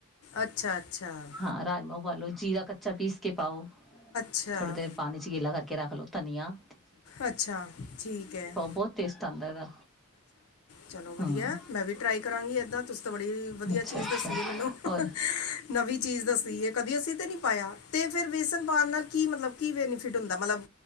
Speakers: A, on the left; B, in the centre.
A: ਅੱਛਾ ਅੱਛਾ
B: ਹਾਂ ਰਾ ਰਜਮਾ ਉਬਾਲੋ ਜੀਰਾ ਕੱਚਾ ਪੀਸ ਕੇ ਪਾਓ।
A: ਅੱਛਾ
B: ਥੋੜੀ ਦੇਰ ਪਾਣੀ ਚ ਗਿੱਲਾ ਕਰਕੇ ਕੇ ਰੱਖ ਲਓ ਧਨੀੀਆਂ।
A: ਅੱਛਾ ਠੀਕ ਹੈ
B: ਬਹੁਤ ਟੇਸਟ ਆਉਂਦਾ ਇਹਦਾ
A: ਚਲੋ ਵਧੀਆ
B: ਹੂੰ
A: ਮੈਂ ਵੀ ਟਰਾਈ ਕਰਾਂਗੀ ਏਦਾਂ ਤੁਸੀ ਤਾਂ ਬੜੀ ਵਧੀਆ
B: ਅੱਛਾ
A: ਚੀਜ਼
B: ਅੱਛਾ
A: ਦੱਸੀ ਹੈ। ਮੈਨੂੰ
B: ਔਰ
A: ਨਵੀਂ ਚੀਜ਼ ਦੱਸੀ ਹੈ। ਕਦੀ ਅਸੀਂ ਤੇ ਨੀ ਪਾਇਆ ਤੇ ਫਿਰ ਵੇਸਨ ਪਾਉਣ ਨਾਲ ਕੀ ਮਤਲਬ ਕੀ ਬੈਨੀਫਿਟ ਹੁੰਦਾ ਮਤਲਬ